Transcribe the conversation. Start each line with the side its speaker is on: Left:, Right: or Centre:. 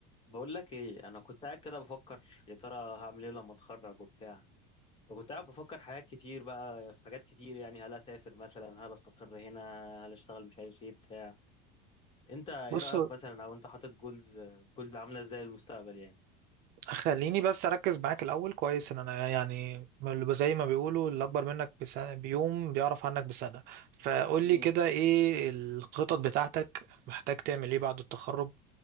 Left: بقول لك ايه انا كنت قاعد كده بفكر يا ترى هعمل ايه لما اتخرج وبتاع فكنت قاعد بفكر حاجات كتير بقى في حاجات كتير يعني هل اسافر مثلا هل استقر هنا هل اشتغل مش عارف ايه بتاع انت ايه
Right: بص
Left: رايك مثلا او انت حاطط جولز جولز عامله ازاي للمستقبل يعني
Right: خليني بس اركز معاك الاول كويس ان انا يعني اللي زي ما بيقولوا اللي اكبر منك بسنة بيوم بيعرف عنك بسنة فقول
Left: امم
Right: لي كده ايه الخطط بتاعتك محتاج تعمل ايه بعد التخرج